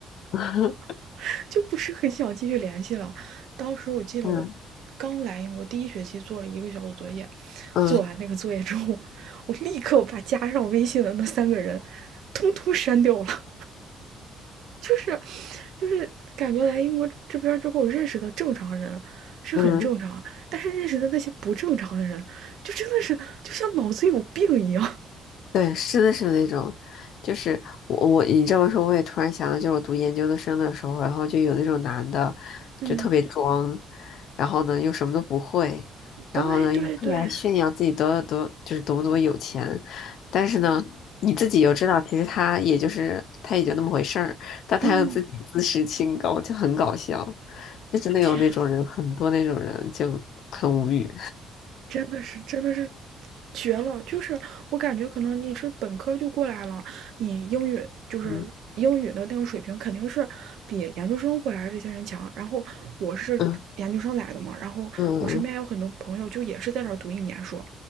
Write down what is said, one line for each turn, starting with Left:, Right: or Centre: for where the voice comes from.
Left: <laughs>
Right: <laughs> 就不是很想继续联系了。当时我记得我
Left: 嗯
Right: 刚来英国第一学期做了一个小组作业，
Left: 嗯
Right: 做完那个作业之后，我立刻把加上微信的那三个人通通删掉了。就是就是感觉来英国这边之后认识的正常人是很正常啊，
Left: 嗯。
Right: 但是认识的那些不正常的人，就真的是就像脑子有病一样。
Left: 对，是的，是那种，就是我我你这么说，我也突然想到，就是我读研究生的时候，然后就有那种男的，
Right: <laughs> 嗯，
Left: 就特别装，然后呢又什么都不会，然后呢又特别爱炫耀自己多多就是多么多么有钱，
Right: 对对对，
Left: 但是呢你自己又知道，其实他也就是他也就那么回事儿，但他又自己自视清高，
Right: 嗯，
Left: 就很搞笑，就真的有那种人，
Right: 天，
Left: 很多那种人就很无语。
Right: 真的是真的是绝了！就是我感觉可能你是本科就过来了，你英语就是英语的那个水平肯定是比研究生过来的这些人强。
Left: 嗯
Right: 然后我是研究生来的嘛，
Left: 嗯
Right: 然后我身边有很多朋友就也是在这儿读一年书，
Left: 嗯